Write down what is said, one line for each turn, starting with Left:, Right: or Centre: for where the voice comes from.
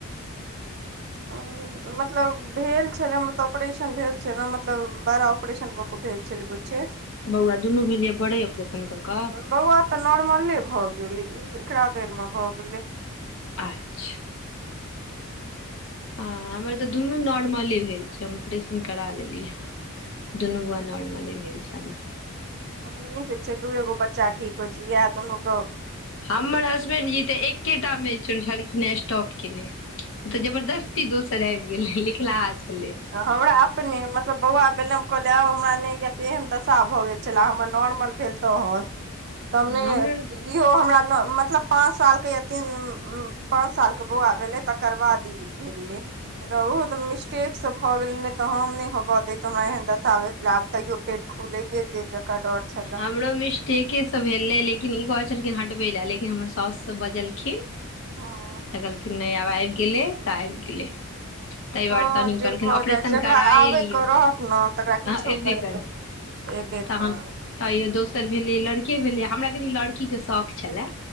Right: <unintelligible> मतलब भेल छलै हमर तऽ ऑपरेशन भेल छै नऽ मतलब बारा ऑपरेशन भऽ कऽ भेल छलै बुच्ची
Left: बौआ दुनू भेल यऽ बड़े ऑपरेशन कऽ कऽ
Right: बौआ तऽ नॉर्मले भऽ गेलै ई एकरा बेर मऽ भऽ गेलै
Left: अच्छऽ हँ हमर तऽ दुनू नॉर्मले भेल छै हम ऑपरेशन करा लेलीयै दुनू बैआ नर्मले भेल छै हमर
Right: हँ नीक होय छै दूए गो बच्चा ठीक होइ छै इहै दुनू कऽ
Left: हम्मर हसबैंड जी तऽ एकेटा मे छ- छलखिन स्टॉप कने उ तऽ जबरदस्ती दोसर आबि गेले लिखलहा छलै
Right: हमरा अपने मतलब बौआ भेलै कहलिय आउ हमरा नय कियाकी एहन दशा भऽ गेल छलाह हमर नॉर्मल भेल तहन तमे
Left: हमरो
Right: इहो हमरा नऽ मतलब पाँच साल केँ या तीन उ पाँंच साल केँ बौआ भेले तकर बाद ई भेले नय तऽ ओहो तऽ मिस्टेक से भऽ गेल नय तऽ हम नइ होबऽ दैत हमरा एहेन दसा भेल छला आब तैयो पेट खुलैेये गेल जकर डर छलए
Left: हमरो मिस्टेके सँ भेलै लेकिन ई कहै छलखिन हटबे लऽ लेकिन हमर साउस सब बजलखिन
Right: हँ
Left: तऽ कहलखिन नय आब आबि गेलै तऽ आबि गेलै ताहि दुआरे
Right: हँ
Left: तनी
Right: जे
Left: कहलखिन
Right: भऽ
Left: ऑपरेशन
Right: जाइ छै जकरा
Left: कराए
Right: आबयके
Left: लिअ
Right: रहत न तकरा
Left: अहाँ
Right: किछो
Left: एबे
Right: करैयौ
Left: करत
Right: ऐबे
Left: तहन
Right: करत
Left: तैयो दोसर भेलै लड़के भेलै हमरा कनि लड़कीके शौक छलए